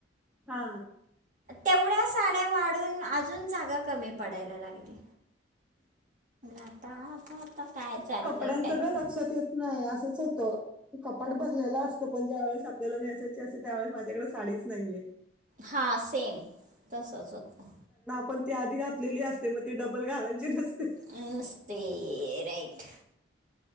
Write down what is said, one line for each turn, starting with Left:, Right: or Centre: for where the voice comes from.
Centre: हा
Right: तेवढ्या साड्या वाढून अजून जागा कमी पडायला लागली. आता आता आता काय चाललंय
Centre: कपड्यांचं
Right: काय का,
Centre: लक्षात येत नाही असंच होतं. कपाट भरलेला असतं पण ज्या वेळेस आपल्याला नेसायची असते, त्यावेेळेस माझ्याकडे साडीच नाहीये,
Right: हा सेम तसच होत.
Centre: पण ते आधी घातलेली असते, मग तेी बल घालायची नते,
Right: मस्त आहे राइट